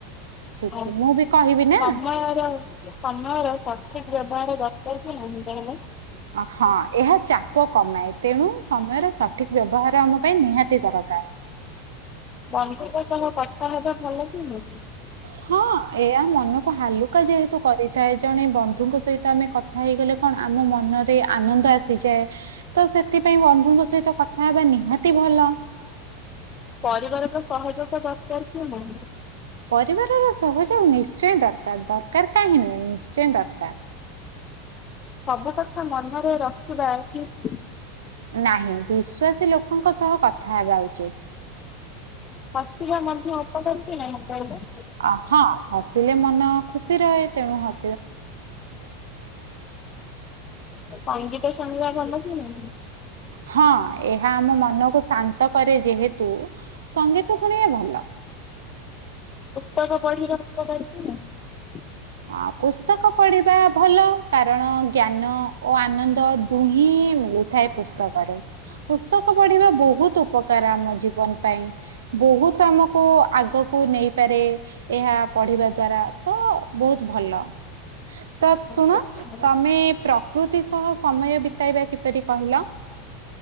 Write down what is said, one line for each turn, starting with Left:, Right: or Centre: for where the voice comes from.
Right: କିଛି
Left: ହଁ
Right: ମୁଁ ବି କହିବି ନା।
Left: ସମୟର ସମୟର ସଠିକ ବ୍ୟବହାର ଦରକାର ଥିଲା <unintelligible>
Right: ହଁ ଏହା ଚାପ କମାଇ ତେଣୁ ସମୟର ସଠିକ ବ୍ୟବହାର ଆମ ପାଇଁ ନିହାତି ଦରକାର।
Left: ବନ୍ଧୁଙ୍କ ସହ କଥା ହେବା ଭଲ କି ନୁଁ
Right: ହଁ ଏହା ମନକୁ ହାଲୁକା ଯେହେତୁ କରିଥାଏ। ଜଣେ ବନ୍ଧୁଙ୍କ ସହିତ ଆମେ କଥା ହେଇଗଲେ କଣ ଆମ ମନରେ ଆନନ୍ଦ ଆସିଯାଏ ତ ସେଥି ସେଥି ପାଇଁ ବନ୍ଧୁଙ୍କ ସହିତ କଥା ହେବା ନିହାତି ଭଲ
Left: ପରିବାରର ସହଯୋଗ ଦରକାର କିଏ ନାହିଁ?
Right: ପରିବାରର ସହଯୋଗ ନିଶ୍ଚୟ ଦରକାର ଦରକାର କାହିଁ ନୁହେଁ ନିଶ୍ଚୟ ଦରକାର।
Left: ସବୁ କଥା ମନରେ ରଖିବା କେତି?
Right: ନାହିଁ ବିଶ୍ୱାସୀ ଲୋକଙ୍କ ସହ କଥା ହେବା ଉଚିତ।
Left: ହସିଥିବା ମଧ୍ୟ ଅପ କରଛି ନା ମ କହିଲ
Right: ଅ ହଁ ହସିଲେ ମନ ଖୁସି ରହେ ତେଣୁ ହ
Left: ସଙ୍ଗୀତ ସଙ୍ଗିବା ଭଲ ନା
Right: ହଁ ଏହା ଆମ ମନକୁ ଶାନ୍ତ କରେ ଯେହେତୁ ସଙ୍ଗୀତ ତ ଶୁଣିବେ ଭଲ
Left: କ ବଢିର <unintelligible> କରିଛି ନା
Right: ଅ ପୁସ୍ତକ ପଢିବା ଭଲ କାରଣ ଜ୍ଞାନ ଓ ଆନନ୍ଦ ଦୁହିିଁ ମିଳିଥାଏ ପୁସ୍ତକରୁ ପୁସ୍ତକ ପଢିବା ବହୁତ ବହୁତ ଉପକାର ଆମ ଜୀବନ ପାଇଁ ବହୁତ ଆମକୁ ଆଗକୁ ନେଇ ଏହା ପଢିବା ଦ୍ଵାରା ତ ବହୁତ ଭଲ। ତ
Left: ନାହିଁ?
Right: ଶୁଣ ତମେ ପ୍ରକୃତି ସହ ସମୟ ବିତେଇବା କିପରି କହିଲ